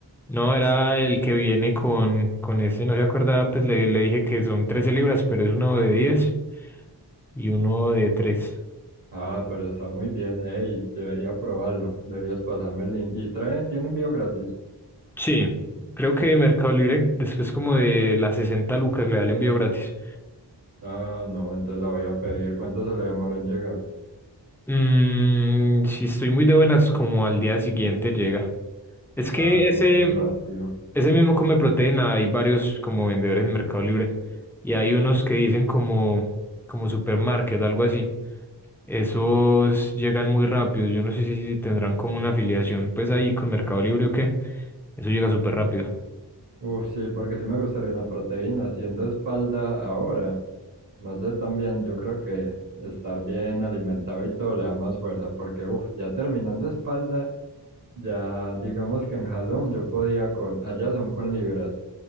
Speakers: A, in the centre; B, on the right.
A: No, era el que viene con, con ese, no se acordaba, pues le, le dije que son 13 libras, pero es uno de 10 y uno de tres
B: Ah, pero está muy bien, ey, debería probarlo, deberías pasarme el link. ¿Y trae, tiene envío gratis?
A: Sí, creo que Mercado Libre después como de las 60 lucas le da el envío gratis.
B: Ah, no, entonces la voy a pedir. ¿Cuánto se le demoró en llegar?
A: Mm, si estoy muy de buenas, como al día siguiente llega. Es
B: Ah,
A: que
B: no,
A: ese,
B: muy rápido.
A: ese mismo come proteína, hay varios como vendedores en Mercado Libre. Y hay unos que dicen como, como supermarket, algo así. Esos llegan muy rápido. Yo no sé si, si tendrán como una afiliación, pues ahí con Mercado Libre o qué. Eso llega súper rápido.
B: Uf, sí, porque sí me gustaría una proteína. Haciendo espalda ahora, no sé, también yo creo que estar bien alimentado y todo le da más fuerza, porque uf, ya terminando espalda, ya digamos que en jalón yo podía con, allá son con libras,